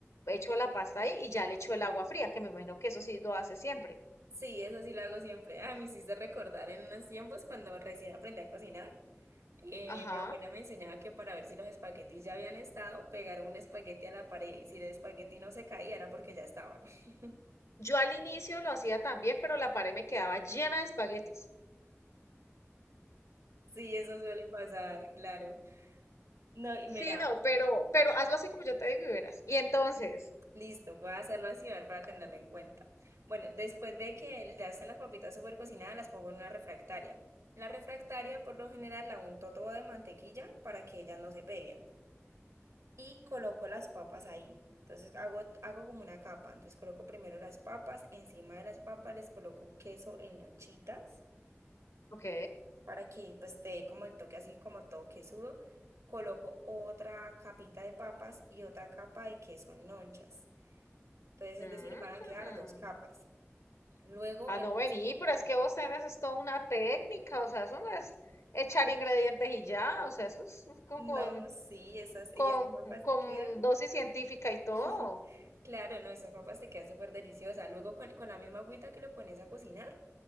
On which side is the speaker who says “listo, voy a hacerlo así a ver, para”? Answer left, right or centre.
Right